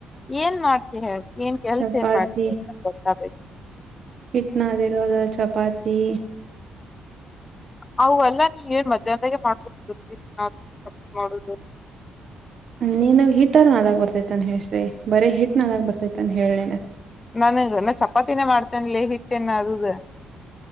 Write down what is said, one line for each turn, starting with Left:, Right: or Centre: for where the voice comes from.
Left: ಏನ್ ಮಾಡ್ತಿ ಹೇಳ್ ಏನ್ ಕೆಲ್ಸ
Right: ಚಪಾತಿ
Left: ಏನ್ ಮಾಡ್ತ ಗೊತ್ತಾಗ್ಬೇಕು.
Right: ಹಿಟ್ ನದಿಡೋದು ಚಪಾತಿ
Left: ಅವೆಲ್ಲ ನೀ ಏನ್ ಮಧ್ಯಾಹ್ನಾಗೆ ಮಾಡ್ಕೋ <unintelligible> ಮಾಡುದು.
Right: ನೀನ್ಗ್ ಹಿಟ್ಟ್ ನಾದಕ್ ಬರ್ತೈತೇನ್ ಹೇಳ್ರೀ ಬರೇ ಹಿಟ್ ನಾದಾಕಾ ಬರ್ತೈತೇನ್ ಹೇಳಿಲ್ಲ.
Left: ನನ್ಗ ನ ಚಪಾತಿನೇ ಮಾಡ್ತೇನೆ ಲೇ ಹಿಟ್ಟೇನ್ ನಾದದು.